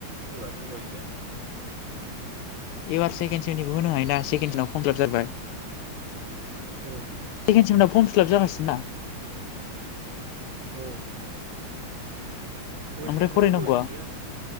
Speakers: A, on the right; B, on the left.
A: एबार उफाय गैया।
B: एबार सेकेण्ड सेमनिखौ होनो हायोना सेकेण्ड सेमाव कमप्लिट जाबाय।
A: औ।
B: सेकेण्ड सेमना फर्म फिलाप जागासिनो ना।
A: औ। होनो
B: ओमफ्राय
A: थांदोंमोन
B: फरायनांगौआ
A: दहाय गैया